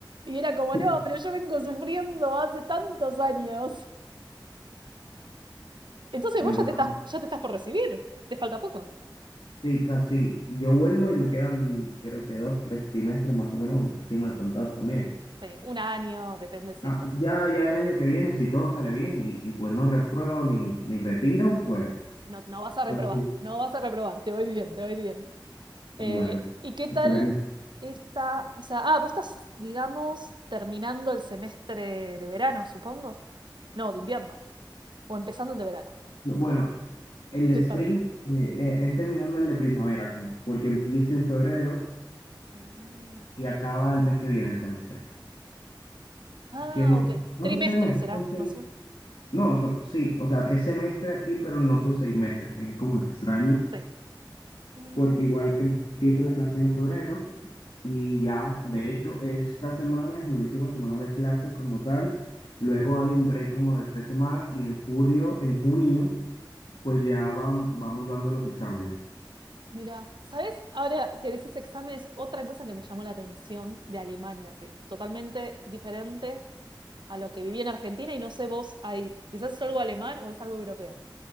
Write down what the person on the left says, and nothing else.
<laughs>
yo
creo
Sí, casi. Yo vuelvo y me quedan, creo que dos, tres trimestres más o menos, así mal contados también.
Ah,
ya, ya el año que viene, si todo sale bien y, y pues no repruebo ni, ni retiro, pues,
pues sí.
Bueno,
esperemos.
No, Bueno, el
de spring
eh, eh, es terminando el de primavera, con- porque empieza en febrero
y acaba el mes que viene el semestre.
Que no,
no
son seis meses,
son seis-
No, son- sí, o sea, es semestre aquí, pero no son seis meses. Es como extraño.
porque igual
empiezan las clases en febrero y ya, de hecho, esta semana es mi última semana de clase como tal. Luego hay un break como de tres semanas y en julio, en junio, pues ya van, vamos dando los exámenes.